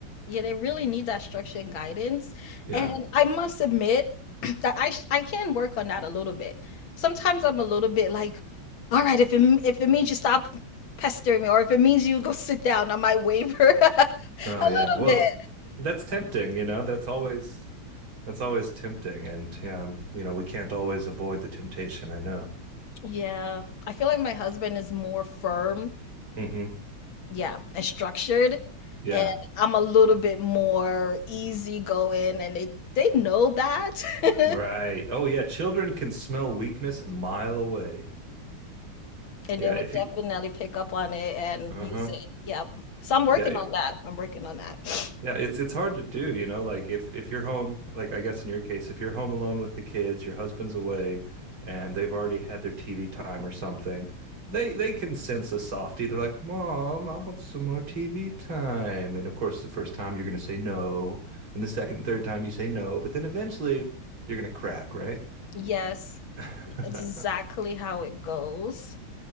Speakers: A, on the left (about 70°); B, on the right (about 75°).
A: Yeah, they really need that structure and guidance.
B: Yeah.
A: And I must admit <clears throat> that I sh- I can work on that a little bit. Sometimes I'm a little bit like, all right, if it m- if it means you stop pestering me, or if it means you go <laughs> sit down, I might waver <laughs> a
B: Oh yeah.
A: little
B: Well,
A: bit.
B: that's tempting, you know. That's always that's always tempting and um, you know, we can't always avoid the temptation, I know.
A: Yeah, I feel like my husband is more firm,
B: hmm
A: yeah, and structured,
B: Yeah.
A: and I'm a little bit more easygoing, and they they know that. <laughs>
B: Right. Oh yeah, children can smell weakness a mile away.
A: And
B: Yeah,
A: they
B: if
A: would definitely
B: you
A: pick up on it and
B: Uh-huh.
A: use it. Yep. So I'm working
B: Yeah.
A: on that. I'm working on that. <laughs>
B: Yeah, it's it's hard to do, you know, like if if you're home, like I guess in your case, if you're home alone with the kids, your husband's away and they've already had their TV time or something, they they can sense a softie. They're like, "Mom, I want some more TV time." And of course, the first time you're going to say no, and the second and third time you say no, but then eventually you're going to crack, right?
A: Yes,
B: <laughs>
A: exactly how it goes.